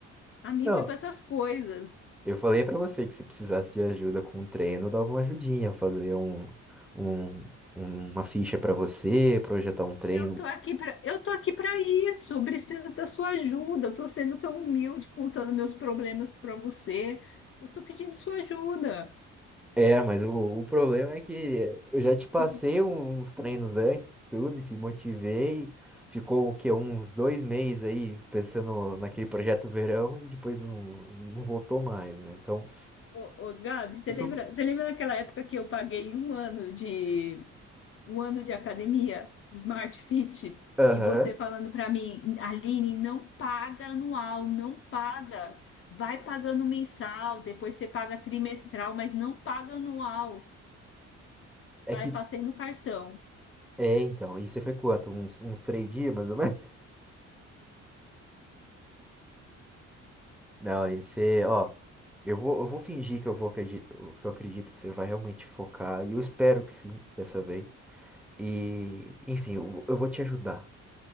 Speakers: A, on the left (about 45°); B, in the centre.
A: Amigo
B: Não,
A: é para essas coisas.
B: Eu falei pra você que se precisasse de ajuda com o treino, eu dava uma ajudinha, fazer um, um- uma ficha pra você, projetar um treino.
A: Eu tô aqui para, eu tô aqui para isso. eu Preciso da sua ajuda. Eu tô sendo tão humilde contando meus problemas para você. Eu tô pedindo sua ajuda.
B: É, mas o, o problema é que eu já te passei
A: <laughs>
B: uns treinos antes, tudo, te motivei. Ficou o quê? Uns dois meses aí pensando naquele projeto verão e depois não, não voltou mais, né? Então,
A: Ô, ô, Gabi, você
B: Eu
A: lembra,
B: tô...
A: você lembra daquela época que eu paguei um ano de um ano de academia, de Smart Fit,
B: aham.
A: e você falando para mim, Aline, não paga anual, não paga. Vai pagando mensal, depois você paga trimestral, mas não paga anual.
B: É
A: Aí
B: que.
A: passei no cartão.
B: É, então. E você foi quanto? Uns, uns três dias, mais ou menos? Não, Aline, você, ó, eu vou, eu vou fingir que eu vou acredito, que eu acredito que você vai realmente focar, e eu espero que sim, dessa vez. E, enfim, eu, eu vou te ajudar.